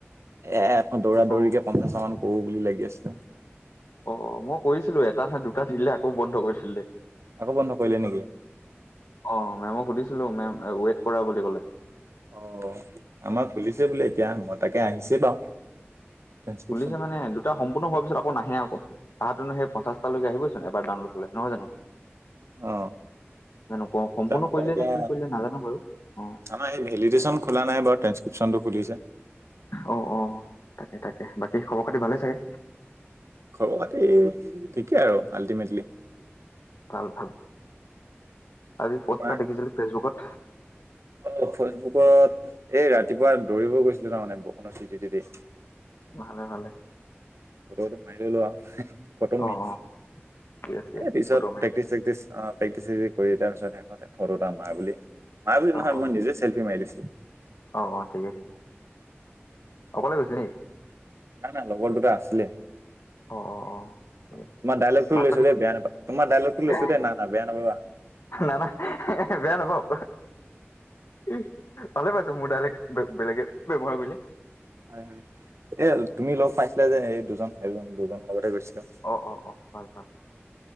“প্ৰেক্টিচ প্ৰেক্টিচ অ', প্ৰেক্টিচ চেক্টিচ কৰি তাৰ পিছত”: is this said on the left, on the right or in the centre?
Right